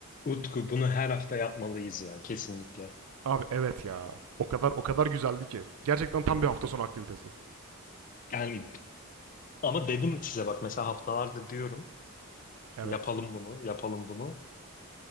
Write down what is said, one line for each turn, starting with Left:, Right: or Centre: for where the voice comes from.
Left: Utku bunu her hafta yapmalıyız ya kesinlikle.
Right: Abi evet ya. O kadar o kadar güzeldi ki. Gerçekten tam bir hafta sonu aktivitesi.
Left: Yani ama dedim size bak mesela haftalarda diyorum
Right: Evet.
Left: yapalım bunu yapalım bunu.